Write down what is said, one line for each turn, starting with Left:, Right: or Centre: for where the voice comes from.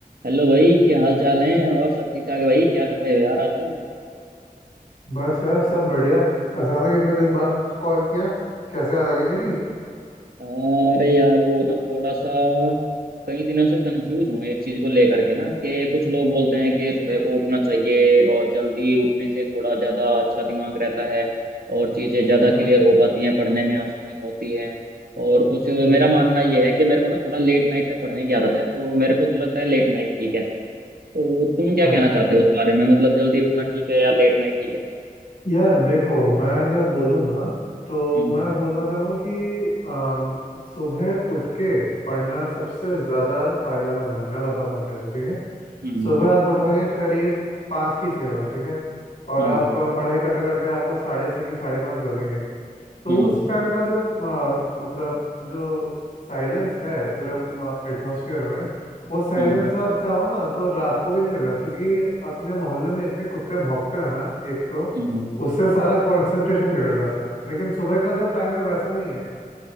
Right: हेलो भाई क्या हाल चाल है और सब ठीक ठाक है भाई क्या कर रहे हो यार आजकल
Left: बस यार सब बढ़िया अचानक इतने दिन बाद कॉल किया कैसे याद आ गई मेरी
Right: अरे यार वो ना थोड़ा सा कई दिनों से कंफ्यूज हूँ एक चीज को लेकर के ना कि कुछ लोग बोलते हैं कि सुबह
Left: हाँ।
Right: को उठना चाहिए और जल्दी उठने से थोड़ा ज्यादा अच्छा दिमाग रहता है और चीजें ज्यादा
Left: हम्म
Right: क्लियर हो पाती हैं पढ़ने में आसानी होती है और कुछ
Left: हम्म
Right: मेरा मानना यह है कि मेरे को ना थोड़ा लेट नाइट तक पढ़ने की आदत है तो मेरे को तो लगता है लेट नाइट ठीक है तो तुम क्या
Left: अच्छा
Right: कहना चाहते हो इस बारे में मतलब जल्दी उठना ठीक है या लेट नाइट ठीक है
Left: यार देखो मैं अगर बोलूँ ना तो
Right: हम्म
Left: मैं बोलना चाहूँगा कि अम, सुबह उठ के पढ़ना सबसे ज़्यादा फायदेमंद है मैं बताता हूँ कैसे ठीक है
Right: हम्म
Left: सुबह आप उठोगे करीब पाँच की छः बजे ठीक है और
Right: हम्म
Left: आप पढ़ाई करते करते आपको साढ़े छः की साढ़े पाँच बजेंगे तो
Right: हम्म
Left: उस टाइम का जो अ, मतलब जो साइलेंस है पूरे एटमॉस्फेयर में वो साइलेंस
Right: हम्म
Left: आप चाहो ना तो रात को भी नहीं मिलेगा क्योंकि अपने मोहल्ले में इतने कुत्ते भौंकते हैं ना एक तो
Right: हम्म
Left: उससे सारा कंसंट्रेशन बिगड़ जाता है लेकिन सुबह का जो टाइम है वैसा नहीं है